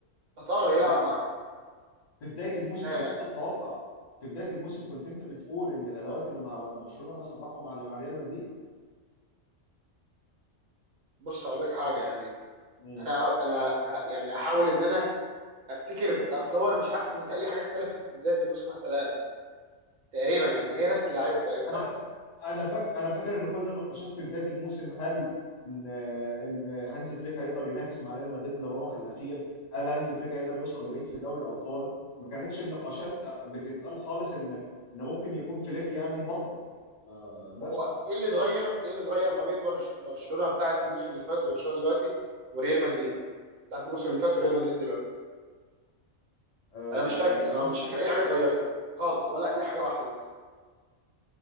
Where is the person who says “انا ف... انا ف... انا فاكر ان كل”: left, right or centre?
Left